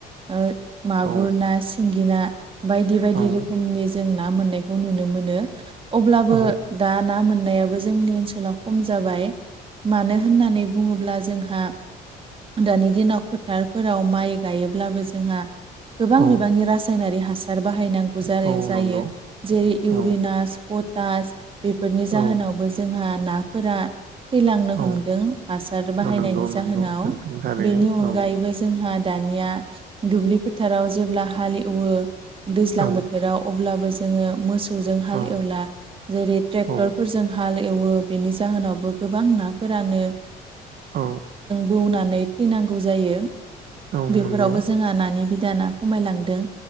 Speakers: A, on the right; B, on the right.
A: ओ मागुर
B: औ
A: ना, सिंगि ना बायदि बायदि
B: औ
A: रोखोमनि
B: औ
A: ज जों ना मोननायखौ नुनो मोनो अब्लाबो
B: औ
A: दा ना मोननायाबो जोंनि ओनसोलाव खम जाबाय मानो होननानै बुङोब्ला जोंहा दानि दिनाव फोथारफोराव माइ गायोब्लाबो जोंहा गोबां
B: औ
A: बिबांनि रासायनारि हासार बाहायनांगौ जाय
B: औ
A: जायो
B: नंगौ
A: जेरै इउरिनास
B: औ
A: पटास बेफोरनि
B: औ
A: जाहोनावबो जोंहा नाफोरा थैलांनो
B: औ
A: हमदों हासार बाहायनायनि
B: नंगौ
A: जाहोनाव
B: नंगौ नोंथां थारैनो
A: बेनि अनगायैबो।
B: औ
A: जोंहा दानिया दुब्लि फोथाराव जेब्ला हाल एवो दैज्लां
B: औ
A: बोथोराव जोङो मोसौजों
B: औ
A: एवला जेरै ट्रेक्टरफोरजों
B: औ
A: हाल एवो बेनि जाहोनावबो गोबां नाफोरानो
B: औ
A: बौनानै थैनांगौ जायो
B: औ
A: बेफोरावबो
B: नंगौ
A: जोंहा नानि बिदा ना खमायलांदों